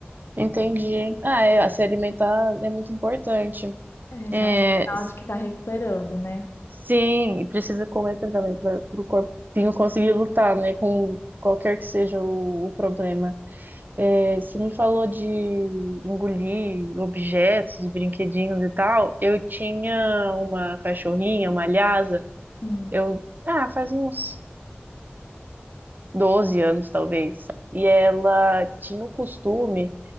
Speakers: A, on the right (about 50°); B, on the left (about 75°).
A: entendi. Ah, é, se alimentar é muito importante.
B: É, já
A: É,
B: é um sinal de que tá recuperando, né?
A: Sim, e precisa comer também para o corpinho conseguir lutar, né, com qualquer que seja o, o problema. É, você me falou de engolir objetos e brinquedinhos e tal. Eu tinha uma cachorrinha, uma lhasa,
B: Hum.
A: eu, ah, faz uns 12 anos talvez, e ela tinha o costume